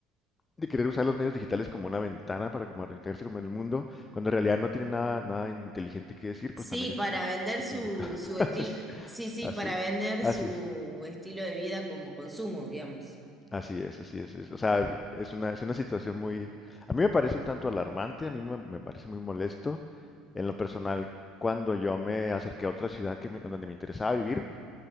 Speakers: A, on the left; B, in the centre.
A: de querer usar los medios digitales como una ventana para comunicarse con el mundo, cuando en realidad no tiene nada, nada inteligente que decir,
B: Sí,
A: pues también es,
B: para
A: es,
B: vender
A: es
B: su,
A: complicado. <laughs>
B: su estilo,
A: Es-
B: sí, sí,
A: Así,
B: para vender
A: así
B: su
A: es,
B: estilo de vida como consumo, digamos.
A: así es, así es, es- O sea, es una, es una situación muy, a mí me parece un tanto alarmante, a mí me, me parece muy molesto. En lo personal, cuando yo me acerqué a otra ciudad que me- donde me interesaba vivir,